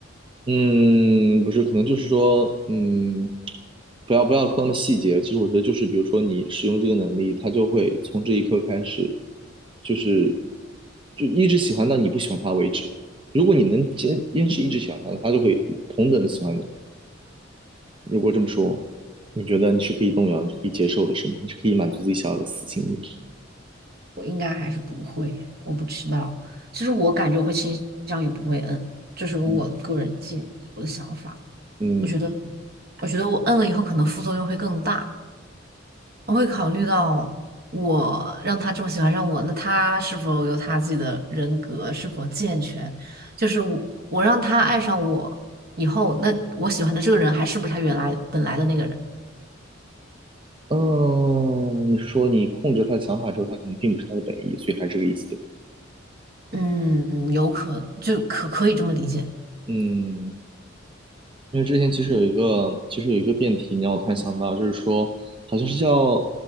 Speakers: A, on the right (about 25°); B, on the right (about 50°).
A: 嗯，不是，可能就是说，嗯，不要不要抠那么细节。其实我觉得就是，比如说你使用这个能力，它就会从这一刻开始，就是就一直喜欢到你不喜欢它为止。如果你能坚坚持一直喜欢它，它就会同等的喜欢你。如果这么说，你觉得你是可以动摇，你是可以接受的，是吗？你是可以满足自己想要的私心的。
B: <laughs> 我应该还是不会耶我不知道。其实我感觉我会倾向于不会摁，这是我个人建议，
A: 嗯
B: 我的想法。
A: 嗯
B: 我觉得，我觉得我摁了以后可能副作用会更大。我会考虑到我让他这么喜欢上我，那他是否有他自己的人格，是否健全？就是我我让他爱上我以后，那我喜欢的这个人还是不是他原来本来的那个人？
A: 嗯，你是说你控制他的想法之后，他可能并不是他的本意，所以还是这个意思，对吧？
B: 嗯，有可就可可以这么理解。
A: 嗯。因为之前其实有一个，其实有一个辩题，你让我突然想到，就是说，好像是叫